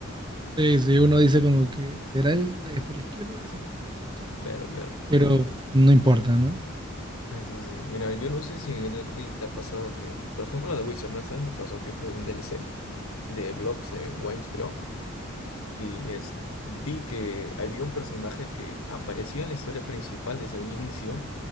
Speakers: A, on the right (about 20°); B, on the left (about 80°).
A: Sí, sí, uno dice como que será el, es por la izquierda, será por la derecha,
B: Claro, claro.
A: pero no importa, ¿no?
B: Eso sí. Mira, yo no sé si en Elden Ring te ha pasado que, por ejemplo, la de Witcher, ¿no sabes? Me pasó que jugué un DLC de Blobs en Wayne's Club Y es, vi que había un personaje que apareció en la historia principal desde un inicio,